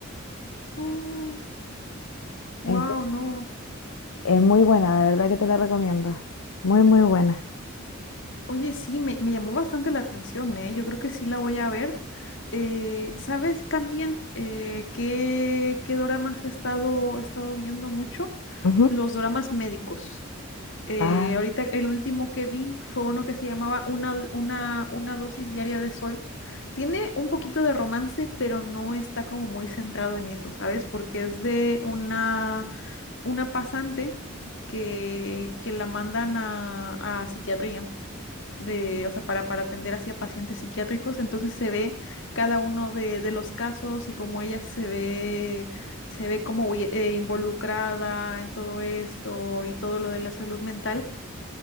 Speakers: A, on the left; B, on the left.
A: Oh, wow,
B: Entonces,
A: no.
B: es muy buena, de verdad que te la recomiendo. Muy, muy buena.
A: Oye, sí, me, me llamó bastante la atención, ¿eh? Yo creo que sí la voy a ver. Eh, ¿sabes también eh, qué, qué doramas he estado, he estado viendo mucho?
B: Ujú.
A: Los doramas médicos. Eh,
B: Ah,
A: ahorita el último que vi fue uno que se llamaba una, una, una dosis diaria de sol. Tiene un poquito de romance, pero no está como muy centrado en eso, ¿sabes? Porque es de una, una pasante que, que la mandan a, a psiquiatría de, o sea, para, para atender hacia pacientes psiquiátricos, entonces se ve cada uno de, de los casos y cómo ella se ve, se ve como eh, involucrada en todo esto y todo lo de la salud mental.